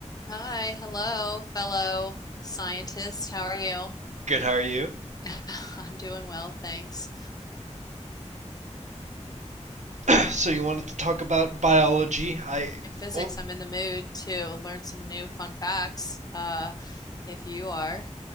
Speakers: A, on the left; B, on the right.
A: Hi, hello, fellow scientist. How are you?
B: Good, how are you?
A: <laughs> I'm doing well, thanks.
B: <clears throat> so you wanted to talk about biology? I,
A: In physics,
B: oh,
A: I'm in the mood to learn some new fun facts. Uh, if you are,